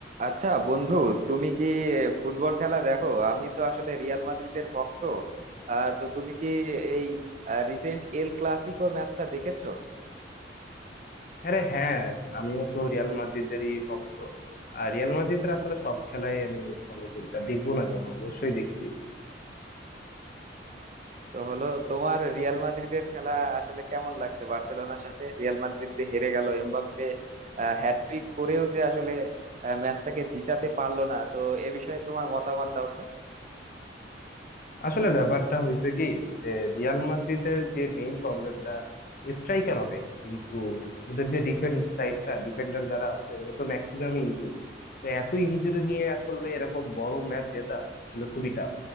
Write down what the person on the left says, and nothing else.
আরে হ্যাঁ আমিও তো রিয়াল মাদ্রিদেরই ভক্ত আর রিয়াল মাদ্রিদের আসলে সব খেলাই আমি ফলো করি তা দেখবো না কেন অবশ্যই দেখছি
আসলে ব্যাপারটা হয়েছে কি যে রিয়াল মাদ্রিদের যে মেইন প্রবলেমটা স্ট্রাইকার অনেক কিন্তু ওদের যে ডিফেন্স সাইডটা ডিফেন্ডার যারা আছে ওরা তো ম্যাক্সিমাম ইনজুর তো এত ইনজুরি নিয়ে আসলে এরকম বড় ম্যাচ জেতা আসলে খুবই টাফ